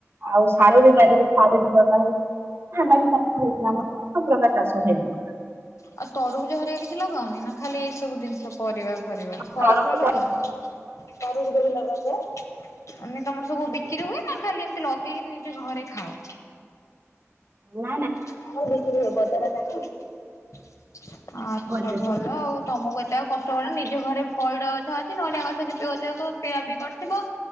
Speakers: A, on the right; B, on the left.
A: ଆଉ ସାରୁ ବି ବାରି ରେ ସାରୁ ଲଗା ହେଇଛି। ଧାନ ବି ଚାଷ ହେଇଛି ଆମର ସବୁ ପ୍ରକାର ଚାଷ ହୁଏ ଆମର।
B: ଆଉ ତରଭୁଜ ହରିକା କିଛି ଲଗାଅନି ନା ଖାଲି ଏଇ ସବୁ ଜିନିଷ ପରିବା ପରିବା ଫଳ
A: ତରଭୁଜ
B: ଫଳ ଲଗାଅ ନି। ତରୁଭୂଜ ବି ଲଗା ଯାଏ ମାନେ ତମର ସବୁ ବିକିରି ହୁଏ। ନା ଖାଲି ଏମତି ଲଗେଇକି ତ ନିଜ ଘରେ ଖାଅ।
A: ନା।
B: ନାଇ ବୀକିରି ହୁଏ ବଯାରରେ ଯାଇକି ବି ଆଚ୍ଛା
A: ବଜାର
B: ଭଲ ଆଉ ତମକୁ ଏତେ ଆଉ କଷ୍ଟ ପଡି ବନି ନିଜ ଘରେ। ପଇଡ ଗଛ ଅଛି ନଡ଼ିଆ ଗଛ ଅଛି ପିଆ ପିଇ କରୁଥିବ।